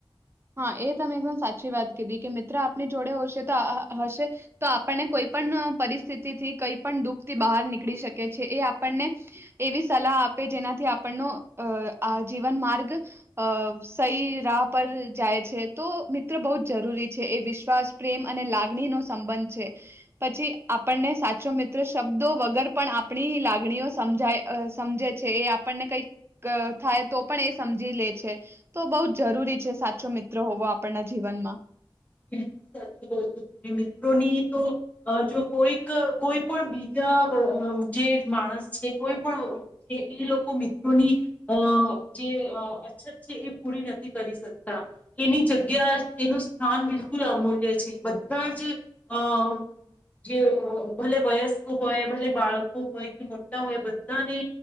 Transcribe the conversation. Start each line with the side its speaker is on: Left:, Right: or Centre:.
Right: હા, એ તમે એકદમ સાચી વાત કીધી કે મિત્ર આપની જોડે હશે તો હશે તો આપને કોઈ પણ પરિસ્થિતિ થી કઈ પણ દુઃખ થી બહાર નીકળી શકે છે એ આપણને એવી સલાહ આપે જેનાથી આપણનો આ જીવન માર્ગ અહ સહી રાહ પર જાય છે. તો મિત્ર બહુ જ જરૂરી છે એ વિશ્વાસ પ્રેમ અને લાગણી નો સંબંધ છે પછી આપણને સાચો મિત્ર શબ્દો વગર પણ આપણી લાગણીઓ સમજાય અહ સમજે છે એ આપણને કઈક થાય તો પણ એ સમજી લે છે તો બહુ જ જરૂરી છે સા છું મિત્રો હોવો આપણના જીવનમાં.
Left: બિલકુલ સાચું કહો છો મિત્રોની તો જો કોઈક કોઈ પણ બીજા અહ જે માણસ છે કોઈ પણ છે એ લોકો મિત્રોની અહ જે અછત છે એ પૂરી નથી કરી શકતા એની જગ્યા અહ એનું સ્થાન બિલકુલ અમૂલ્ય છે. બધા જ અહ જે ભલે વયસ્કો હોય ભલે બાળકો હોય કે મોટા હોય બધાને